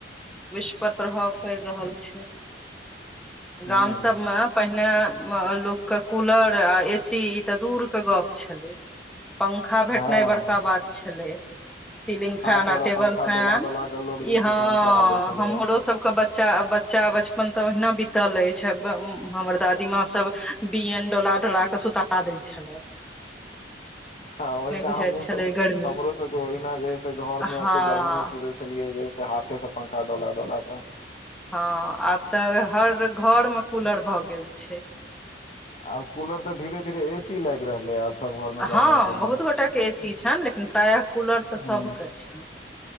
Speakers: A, in the centre; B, on the left.
A: विश्व पर प्रभाव पड़ि रहल छै
B: हूँ
A: गाम सभमे पहिने लोक कऽ के कूलर आ ए सी ई तऽ दूर के गप छले पंखा भेटनाइ
B: हँ
A: बड़का बात छलै सीलिंग
B: हाथ
A: फैन आ
B: वाला
A: टेबल
B: पंखा
A: फैन
B: डोला डोला के लोग जे
A: इ
B: है
A: हाँ
B: से काम चला लै छलैया
A: हमरो सब के बच्चा बच्चा बचपन तऽ ओहिना बितल अछि हमर दादीमााँ सब बिअन डोला डोला कऽ सुता दै छलथि
B: हँ ओहिना
A: बुझाइत
B: हमहुँ सब
A: छलै गर्मी
B: हमरो सबके ओहिना जे ह से घर
A: हँ
B: मे एते गर्मी मे सुते छलियै जे हाथे सऽ पंखा डला डोला कऽ
A: हँ आब तऽ हर घर मे कूलर भऽ गेल छै
B: आब कूलर तऽ धीरे धीरे ए सी लागि रहलै आब सब घर मे गाँवो
A: हँ
B: सबमे
A: बहुत गोटे के ए सी छनि लेकिन प्रायः कूलर तऽ
B: हूँ
A: सबके छनि